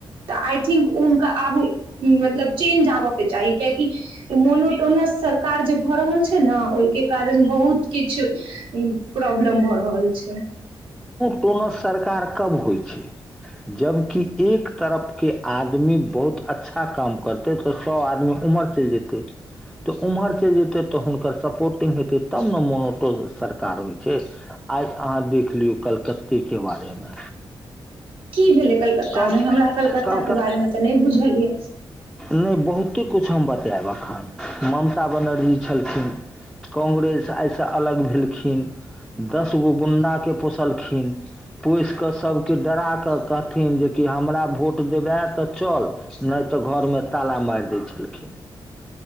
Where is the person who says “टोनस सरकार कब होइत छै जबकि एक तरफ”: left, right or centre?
Centre